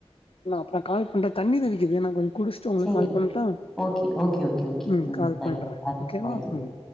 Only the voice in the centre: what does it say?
சேரி
ஓகே ஓகே ஓகே ஓகே
தேங்க்யூ
பாய்
பாய்